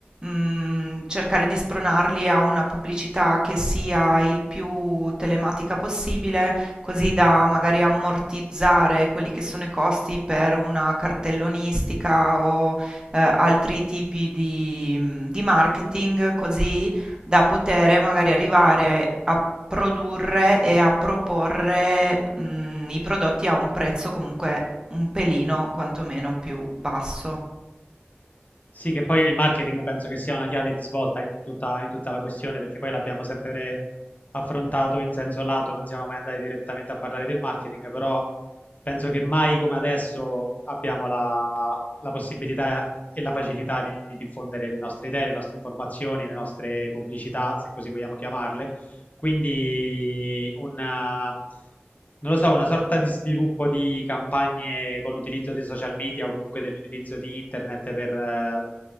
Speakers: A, on the right; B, on the left.
A: mm, cercare di spronarli a una pubblicità che sia il più telematica possibile, così da magari ammortizzare quelli che sono i costi per una cartellonistica o eh, altri tipi di, mm, di marketing, così da poter magari arrivare a produrre e a proporre, mh, i prodotti a un prezzo comunque un pelino quantomeno più basso.
B: Sì, che poi il marketing penso che sia una chiave di svolta in tutta, in tutta la questione, perché poi l'abbiamo sempre affrontato in senso lato, non siamo mai andati direttamente a parlare del marketing, però penso che mai come adesso abbiamo la, la possibilità e la facilità di diffondere le nostre idee, le nostre informazioni, le nostre pubblicità, se così vogliamo chiamarle quindi una, non lo so, una sorta di sviluppo di campagne con l'utilizzo di social media o comunque dell'utilizzo di internet per eh,